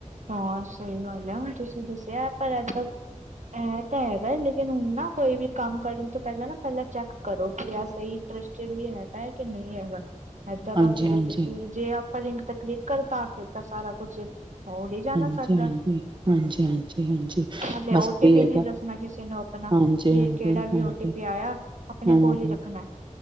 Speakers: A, on the right; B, on the right.
A: ਹਾਂ ਸਹੀ ਗੱਲ ਐ, ਹੁਣ ਤੁਸੀਂ ਦੱਸਿਆ ਪਰ ਇ- ਇਹ ਤਾਂ ਹੈਗਾ ਲੇਕਿਨ ਹੁਣ ਨਾ ਕੋਈ ਵੀ ਕੰਮ ਕਰਨ ਤੋਂ ਪਹਿਲਾਂ ਨਾ ਪਹਿਲਾਂ ਚੈੱਕ ਕਰੋ, ਕਿ ਆ ਸਹੀ ਟਰੱਸਟਡ ਵੀ ਹੈਗਾ ਐ ਕਿ ਨਹੀਂ ਹੈਗਾ। ਏਦਾਂ
B: ਹਾਂਜੀ-ਹਾਂਜੀ।
A: ਤਾਂ ਫਿਰ ਤੁਸੀਂ ਜੇ ਆਪਾਂ ਲਿੰਕ ਤਾਂ ਕਲਿੱਕ ਤਾਂ ਫਿਰ ਤਾਂ ਸਾਰਾ ਕੁਛ ਉਡ
B: ਹਾਂਜੀ-ਹਾਂਜੀ-ਹਾਂਜੀ-ਹਾਂਜੀ
A: ਹੀ ਜਾਣਾ ਸਾਡਾ ਹਲੇ
B: ਬਸ
A: ਓ ਟੀ
B: <unintelligible>
A: ਪੀ
B: ਐਗਾ।
A: ਨੀ ਦੱਸਣਾ ਕਿਸੇ ਨੂੰ ਆਪਣਾ
B: ਹਾਂਜੀ-ਹਾਂਜੀ-ਹਾਂਜੀ
A: ਜੇ ਕਿਹੜਾ ਵੀ ਓ ਟੀ ਪੀ ਆਇਆ ਆਪਣੇ
B: ਹਮ
A: ਕੋਲ ਹੀ ਰੱਖਣਾ